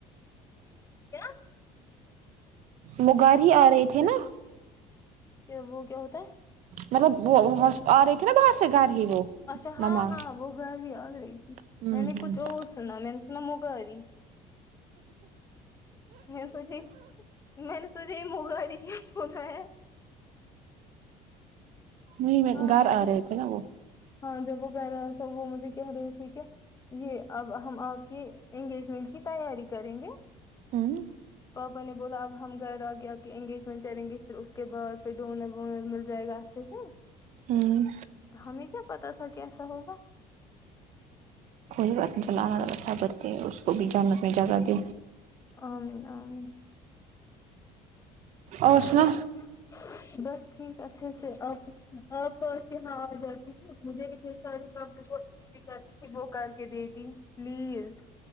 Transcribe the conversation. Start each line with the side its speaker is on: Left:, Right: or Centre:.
Left: کیا
Right: وہ گار ہی آ رہے تھے نا
Left: کہ وہ کیا ہوتا ہے
Right: مطلب وہ ہوس آ رے تھے نا باہر سے گھر ہی وہ
Left: اچھا ہاں
Right: مما
Left: ہاں وہ گھر ہی آ رہی تھی
Right: ہ
Left: میں
Right: ہ
Left: نے کچھ اور سنا میں نے سنا مگری میں سوچی میں نے سوجی مغااری براہ
Right: وہی میں
Left: ہاں
Right: گھر
Left: وہ
Right: آ رہے تھے نا وہ
Left: ہاں جب وہغہ رہا تو وہ مجھے کہہ رہے تھے کہ یہ اب ہم آپ کے انگیجمنٹ کی تیاری کریں گے
Right: ہوں
Left: پاپا نے بولا اب ہم گھر آ کے آپ کے انگیجمنٹ کریں گے پھر اس کے بعد پھر ڈونر وونر مل جائے گا اچھے سے
Right: ہوں
Left: ہمیں کیا پتہ تھا کیسا ہوگا
Right: کوئی بات نہیں چلا الگ صبر دے اس کو بھی جانت میں جگہ دے
Left: آمین آمین
Right: اور سنا
Left: ہاں <unintelligible> بس ٹھیک اچھے سے آپ آپ کے یہاں <unintelligible> آ جا یک مجھے س تو تھی <unintelligible> وہ کر کے دیتی پلیز